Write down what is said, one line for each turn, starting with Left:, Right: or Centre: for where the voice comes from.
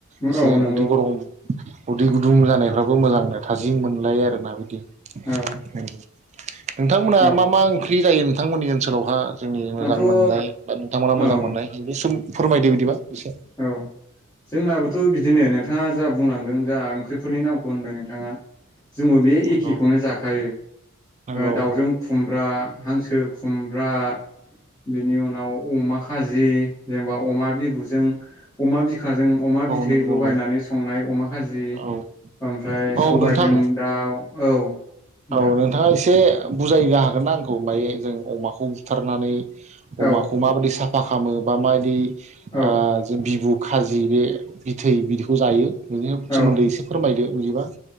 Right: एसे
Left: औ नंगौ
Right: उदि ग रम। उदै गुदुं जानायफ्राबो मोजांनो थाजिम मोनलायो आरोना बिदि। <unintelligible>
Left: औ
Right: नोंथांमोना
Left: औ
Right: मा मा ओंख्रि। फ्रि जायो नोंथांमोननि ओनसोलावहा। जोंनि मोजां
Left: आंथ' औ
Right: मोननाय बा नोंथांमोना
Left: औ
Right: मोजां मोननाय बिनिसोमोन्दै फोरमायदो बिदिबा एसे।
Left: औ जोंनाबोथ' बिदिनो नोंथाङा जा बुंलांदों जा ओंख्रिफोरनि नामखौ। होनबाय नोंथाङा जोंबो बे
Right: नंगौ
Left: एखेखौनो जाखायो
Right: नंगौ
Left: दाउजों खुमब्रा हांसो खुम। रा। बेनि उनाव अमा। खाजि जेनेबा अमा बिबुजों अमा बि। खाजों
Right: नंगौ
Left: अमा बिथै
Right: नंगौ
Left: लगायनानै संनाय अमा खाजि
Right: नंगौ औ
Left: ओमफ्राय
Right: औ
Left: सबायजों
Right: नोंथां
Left: दाउ। औ। नोंथां
Right: औ नोंथाङा एसे। बुजायग हागोननाा आंखौ माय जों अमाखौ बुथारनानै।
Left: औ
Right: अमाखौमाबदि सा। मा खालामो बा माबायदि। ओ
Left: औ
Right: जों बिबु खाजि बे बिथै बिबुखौ जायो बिनि
Left: औ
Right: सोमोन्दै एसे फोरमायदो <unintelligible>